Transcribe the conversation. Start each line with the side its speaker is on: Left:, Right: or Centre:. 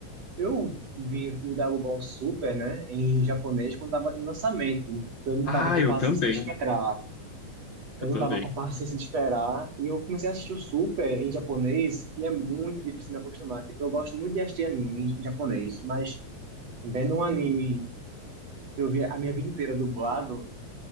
Right: Eu vi o Dragon Ball Super, né, em japonês quando tava em lançamento. porque Eu não
Left: Ah,
Right: tava com
Left: eu
Right: paciência
Left: também.
Right: de esperar. Eu
Left: Eu também.
Right: não tava com paciência de esperar. E eu comecei a assistir o Super em japonês e é muito difícil me acostumar. Tipo, eu gosto muito de assistir anime em japonês, mas vendo um anime que eu vi a minha vida inteira dublado,